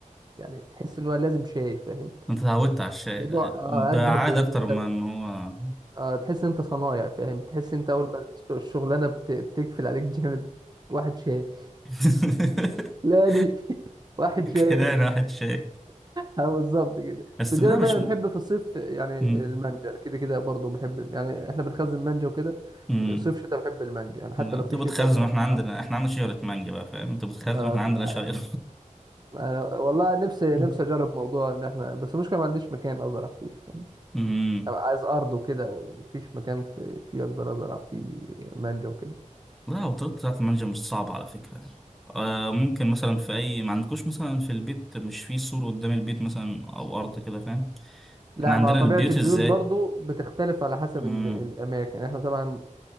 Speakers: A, on the right; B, in the centre.
A: يعني تحس ان هو لازم شاي فاهم
B: انت اتعودت
A: يعني
B: على الشاي
A: الموضوع آه،
B: بعاد
A: اشبه بان
B: اكتر
A: انت
B: من ان هو
A: آه، تحس ان انت صنايع فاهم تحس انت اول ما الشغلانه بت- بتقفل عليك جامد واحد شاي
B: <laughs>
A: لا دي <laughs> واحد شاي
B: كده انا واحد شاي
A: <laughs> اه بالظبط كده
B: بس
A: بجانب
B: ده مش
A: بقى انا
B: م...
A: بحب في الصيف يعني
B: م...
A: المانجا أنا كده كده برضه بحب يعني احنا بنخزن مانجا وكده
B: م...
A: صيف شتاء بحب المانجا يعني حتى
B: لا،
A: لو
B: انت
A: في
B: بتخزن
A: شتاء ب- ب-
B: احنا عندنا احنا عندنا شجرة مانجا بقى فاهم انت بتخزن
A: بطلع
B: احنا عندنا شجرة
A: أنا والله نفسي
B: <laughs>
A: نفسي اجرب موضوع ان احنا بس المشكله ما عنديش مكان ازرع فيه فاهم
B: م...
A: أبقى عايز ارض وكده ومفيش مكان في فيه اقدر ازرع فيه مانجا وكده
B: لا وطريقة بتاعة المانجا مش صعبة على فكرة آه ممكن مثلا في أي ما عندكوش مثلا في البيت مش في سور قدام البيت مثلا أو أرض كده فاهم
A: لا
B: احنا عندنا
A: مع طبيعه
B: البيوت
A: البيوت
B: ازاي
A: برضو بتختلف على حسب
B: مم.
A: ال... الاماكن احنا طبعا